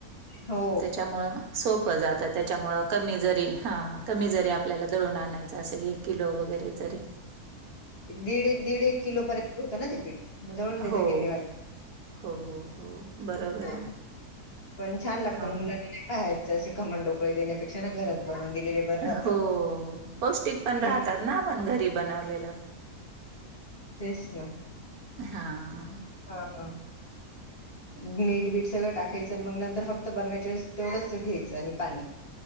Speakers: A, on the left (about 40°); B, on the right (about 70°).
A: हो
B: त्याच्यामुळं सोपं जातं त्याच्यामुळं कमी जरी हा कमी जरी आपल्याला दळून आणायचं असेल एक किलो वगैरे तरी
A: दीड एक, दीड एक किलो पर्यंत. होत ना ते पीठ मग दळून देेतात
B: हो
A: गिरणीवाले.
B: हो हो. बरोबर
A: हो
B: आहे.
A: पण छान लागत
B: हां
A: मुलाना. बाहेरचे असे खमंग ढोकळे देण्यापेक्षा ना घरात बनवून दिलेले बरं राहतात.
B: हो पौष्टिक पण
A: हम्म
B: राहतात ना आपण घरी बनवलेलं.
A: तेच ना.
B: हां.
A: हो ना. मीठ बीट सगळं टाकायचं आणि मग नंतर फक्त बनवायच्या वेळेस तेवढंच घ्यायचं आणि पाणी.